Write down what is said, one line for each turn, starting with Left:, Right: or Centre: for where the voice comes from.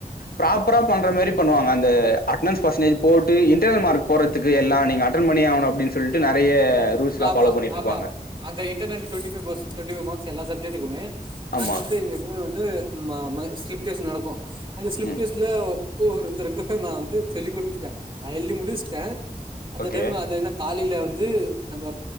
Left: ப்ராப்பரா பண்ற மாரி பண்வாங்க அந்த அட்னன்ஸ் பஸ்ண்டேஜ் போட்டு இன்ரியல் மார்க் போறதுக்கு எல்லாம் நீங்க அட்டென்ட் பண்ணியே ஆகணும் அப்படின்னு சொல்ட்டு நெறைய ரூல்ஸ்லா
Right: ஆமா
Left: ஃபாலோ பண்ணிட்டு
Right: ஆமா
Left: இருப்பாங்க
Right: அந்த இன்டர்னல் டுவெண்டிைவெிவ் மார்கஸ் எல்ல சஜக்டுக்குமே நாங்க
Left: ஆமா
Right: வந்து எப்பவுமே வந்துப் நடக்கும் அந்த ஸ்லிப்ஸ்ல
Left: ம்
Right: ஒவ்ருத்தருக்கும் நான் வந்து சொல்லிக் கொடுத்துட்டேன் நான் எழுி முடிச்சுட்டேன் அந்த
Left: ஓகே
Right: டைம்ல அது என்ன காலையில வந்து அந்து நம்ம